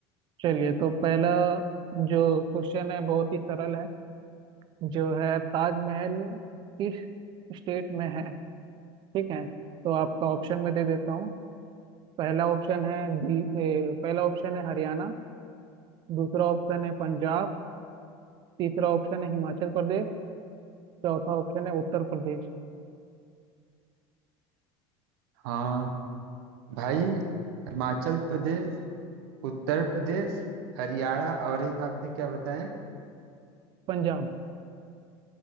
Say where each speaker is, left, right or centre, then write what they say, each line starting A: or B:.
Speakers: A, on the right; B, on the right.
A: चलिए तो पहला जो क्वेश्चन है बहुत ही सरल है जो है ताजमहल किस स्टेट में है ठीक है तो आपका ऑप्शन मैं दे देता हूँ पहला ऑप्शन है दी, ए, पहला ऑप्शन है हरियाणा दूसरा ऑप्शन है पंजाब तीसरा ऑप्शन है हिमाचल प्रदेश चौथा ऑप्शन है उत्तर प्रदेश
B: हाँ भाई हिमाचल प्रदेश उत्तर प्रदेश हरियाणा और एक आपने क्या बताया
A: पंजाब